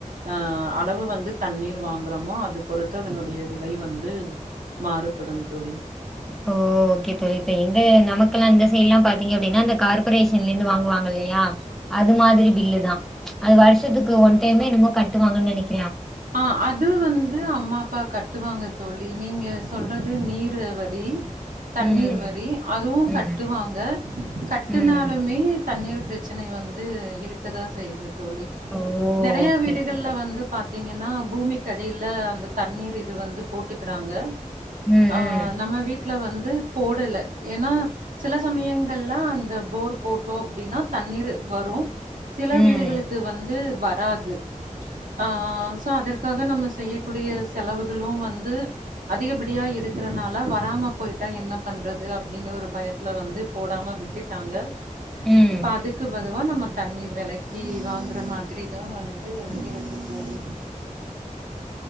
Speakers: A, on the right; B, in the centre.
A: ஆஹ் அளவு வந்து தண்ணீர் வாங்குறோமோ அது பொறுத்து அதனுடைய விலை வந்து மாறுபடும் தோழி
B: ஓ ஓகே தோழி தெஎங்க நமக்குலா இந்த சைட்லா பாத்திங்க அப்டின்னா அந்த கார்பரேஷன்ல இருந்து வாங்குவாங்க இல்லையா அது மாதிரி பில்லு தான் அது வருஷத்துக்கு ஒன் டைமே என்னமோ கட்டுவாங்கன்னு நெனைக்
A: ஆஹ் அது வந்து அம்மாப்பா கட்டுவாங்க தோழ் இ நீங்க சொல்றது நீர் வடி தண்ணீர்
B: ம்.
A: வரி அதுவு
B: ம்.
A: கட்டுவாங்க கட்டுனாலுமே
B: ம்.
A: தண்ணீர் பிரச்சனை வந்து இருக்கதான் செய்து தோழி
B: ஓ!
A: நெறய
B: ஓகே,
A: வீடுகள்ல
B: ஓகே தோழி.
A: வந்து பாத் த்திங்கன்னா பூமிக்கடியில அந்த தண்ணீர் இது வந்து போட்டுக்குறாங்க
B: ம், ம்.
A: ஆஹ் நம்ம வீட் ட்ல வந்து போடல ஏனா சில சமயங்கள்லா அந்த போர் போட்டோம் அப்டின்னா தண்ணீர் வரு சில
B: ம்.
A: வீடுகளுக்கு வந் து வராது ஆஹ் சோ அதற்காக நம்ம செய்யக்கூடிய செலவுகளு வந்து அதிகப்படியா இருக்கறனால வராம போயிட்டா என்ன பண்றது அப்டிங்கற ஒரு பயத்துல வந்து போடாம விட்டுட்டாங்க
B: ம்.
A: இப்ப அதுக்கு பது ஒ நம்ம தண்ணீர் வெலக்கி வாங்குற மாதிரிதா வந்து இருக்கு தோழி